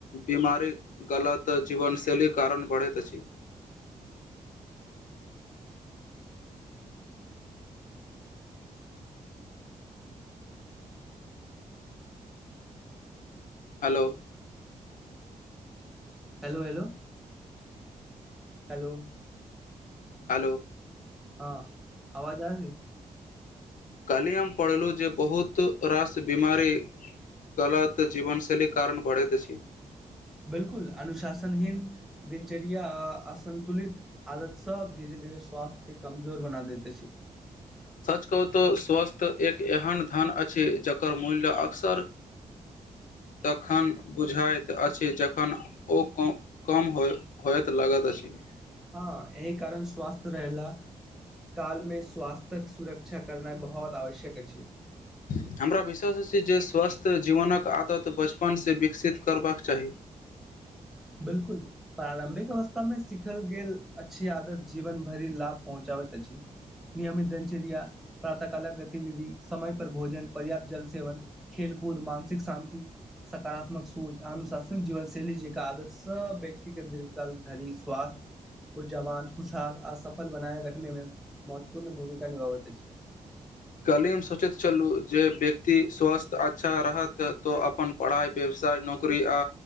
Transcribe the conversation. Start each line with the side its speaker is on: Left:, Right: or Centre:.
Left: बीमारी गलत जीवनशैली कारण बढ़ै हैत अछि hello
Centre: hello hello hello
Left: hello
Centre: हँ आवाज आ
Left: कहलियै हम पढ़लहुँ जे बहुत रास बिमारी गलत जीवनशैली कारण बढ़ैत अछि।
Centre: बिलकुल अनुशासनहीन दिंचर्या असन्तुलित आदत सब धीरे स्वास्थ्य के कमजोर बना देैते अछि।
Left: सच कहू त स्वस्थ एक एहन धन अछि जकर मूल्य अक्सर <inaudible> तखन बुझाइत अछि जखन ओ कम कम होय होयइत लगैत अछि।
Centre: हँ एहि कारण स्वस्थ रहला कालमे स्वास्थक सुरक्षा करनाय बहुत आवश्यक अछि।
Left: <inaudible> हमरा विश्वास अछि जे स्वस्थ जीवनक आदत बचपनसँ विकसित करबाक चाही। <inaudible>
Centre: बिलकुल प्रारंभिक अवस्थामे सिखल गेल अच्छी आदत जीवन भरि लाभ पहुँचा करैत अछि। नियमित दिनचर्या प्रातःकालक गतिविधि समय पर भोजन पर्याप्त जल सेवन खेल कुद मानसिक शांति सकारात्मक सोच अनुशासन जीवनशैली जी क आदर् स व्यक्ति के दीर्घकाल धरि स्वास्थ्य ओ जवान खुशहाल आ सफल बनाय रखने में महत्वपूर्ण भूमिका निभाबैत अछि।
Left: <inaudible> कलीम सोचैत छललू जे व्यक्ति स्वस्थ अच्छा रहत तऽ अपन पढ़ाइ व्यवसाय साय नौकरी आ